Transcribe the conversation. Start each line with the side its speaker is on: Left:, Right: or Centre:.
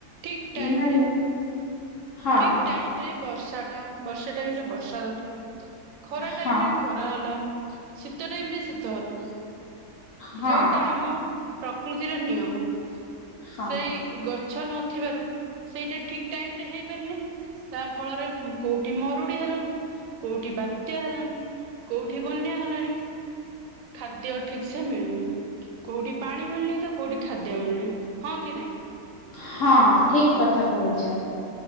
Right: ଠିକ ଟାଇମରେ
Left: ମାନେ ହଁ
Right: ଠିକ ଟାଇମ ବର୍ଷା ଟା ବର୍ଷା ଟାଇମ ରେ ବର୍ଷା ଦେଲା ଖରା
Left: ହଁ
Right: ଟାଇମ ରେ ଖରା ହେଲା। ଶୀତ ଟାଇମ ରେ ଶୀତ ହେଲା
Left: ହଁ
Right: ଯୋଉଟା ଆମ ପ୍ରକୃତିର ନିୟମ
Left: ହଁ
Right: ସେଇ ଗଛ ମିଛ ନଥିବାରୁ ସେଇଟା ଠିକ ଟାଇମ ରେ ହେଇପାରୁନି ତା ଫଳରେ କୋଉଠି ମରୁଡି ହେଲାଣି ତ କୋଉଠି ବାତ୍ୟା ହେଲାଣି କୋଉଠି ବନ୍ୟା ହେଲାଣି। ଖାଦ୍ୟ ଠିକ ସେ ମିଳୁନି କୋଉଠି ପାଣି ମିଳୁନି ତ କୋଉଠି ଖାଦ୍ୟ ମିଳିଲ ହଁ କି ନାଇଁ
Left: ହଁ ଠିକ କଥା କହୁଛ